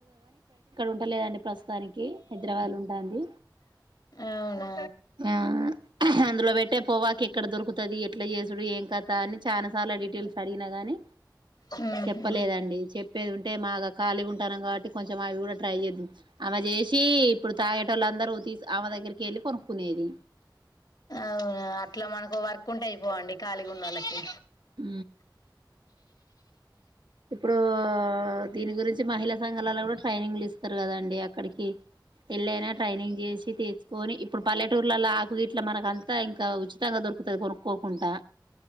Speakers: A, on the right (about 75°); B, on the left (about 60°).
A: ఉంటలేదండి ప్రస్తుతానికి హైదరాబాద్ లో ఉంటాంది
B: అవునా
A: ఆ అందులో పెట్టే పోవాకి ఎక్కడ దొరుకుతుది ఎట్లా చేసడు ఏం కథ అని చాలా సార్లు డీటెయిల్స్ అడిగినా గాని
B: ఉహు
A: చెప్పలేదండి చెప్పేది ఉంటే మాగాక్క ఖాళీగా ఉంటాం కాబట్టి కొంచెం అవి కూడా ట్రై చేద్దాం అమె చేసి ఇప్పుడు తాగేట వాళ్ళ అందరూ తీ ఆమె దగ్గకి వెళ్ళి కొను కునేది
B: అవునా అట్లా మనకు వర్కుంటే అయిపోవండి కాలీగు ఉనకి
A: అ ఇప్పుడు దీని గురించి మహిళా సంఘాలలో కూడా ట్రైనింగ్లు ఇస్తారు కదండి అక్కడికి ఎళ్ళైనా ట్రైనింగ్ చేసి తెసుకొని ఇప్పుడు పల్లెటూర్లలో ఆకు గీట్ల మనక అంతా ఇంకా ఉచితంగా దొరుకుతుంది కొనుక్కోకుండా